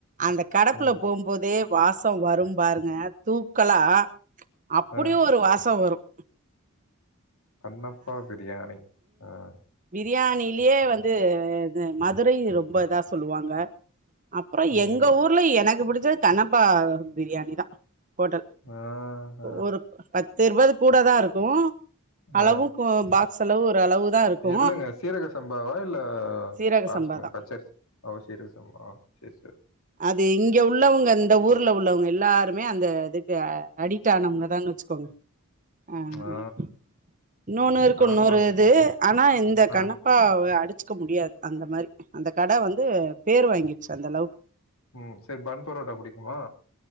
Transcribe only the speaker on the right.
அந்த கடக்குல
போகும்போதே வாசம் வரும் பாருங்க தூக்கலா அப்புடி
ஒரு வாசம் வரும்
பிரியாணியிலே வந்து மதுரை ரொம்ப இதா சொல்லுவாங்க அப்பறம்
எங்க ஊர்ல எனக் எனக்கு புடிச்சது கண்ணப்பா பிரியாணி தா ஹோட்டல்
ஒரு பத்து இருவது கூட இருந்தாலும் ஓ அளவு
கோ பா செலவு ஒரு அளவு தான் இருக்கும்
சீரக
சம்பா தான்
அது இங்க உள்ளவங்க இந்த ஊர்ல உள்ளவங்க எல்லாருமே அந்த இதுக்கு அடிக்ட் ஆனவங்கதான் வச்சுக்கோங்க ஆஹ்
இன்னொன்னு இருக்கும்ன்னூறு
இது ஆனா இந்த
கண்ணப்பா அடிச்சு இருக்க முடியாது அந்த மாதிரி அந்த கடை வந்து பேர் வாங்கிருடுச்சு அந்த அளவுக்கு